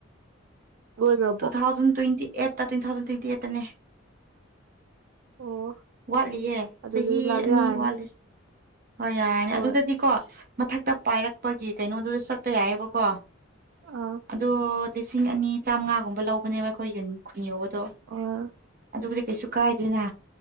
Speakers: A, on the right; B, on the right.
A: ꯂꯣꯏꯒ꯭ꯔꯕꯣ
B: ꯇꯨ ꯊꯥꯎꯖꯟ ꯇ꯭ꯋꯦꯟꯇꯤ ꯑꯩꯠꯇ ꯇꯨ ꯊꯥꯎꯖꯟ ꯇ꯭ꯋꯦꯟꯇꯤ ꯑꯩꯠꯇꯅꯦ
A: ꯑꯣ
B: ꯋꯥꯠꯂꯤꯌꯦ
A: ꯑꯗꯨꯗꯤ
B: ꯆꯍꯤ
A: ꯂꯥꯛ
B: ꯑꯅꯤ
A: ꯌꯥꯔꯅꯤ
B: ꯋꯥꯠꯂꯤ ꯍꯣꯏ ꯌꯥꯔꯦ
A: ꯍꯣꯏ
B: ꯑꯗꯨꯗꯗꯤꯀꯣ
A: ꯑꯁ
B: ꯃꯊꯛꯇ ꯄꯥꯏꯔꯛꯄꯒꯤ ꯀꯩꯅꯣꯗꯨꯗ ꯆꯠꯄ ꯌꯥꯏꯑꯦꯕꯀꯣ
A: ꯑꯥ
B: ꯑꯗꯣ ꯂꯤꯁꯤꯡ ꯑꯅꯤ ꯆꯥꯝꯉꯥꯒꯨꯝꯕ ꯂꯧꯕꯅꯦꯕ ꯑꯩꯈꯣꯏꯒꯤ ꯈꯨꯟ ꯌꯧꯕꯗꯣ
A: ꯑꯥ
B: ꯑꯗꯨꯕꯨꯗꯤ ꯀꯩꯁꯨ ꯀꯥꯏꯗꯦꯅ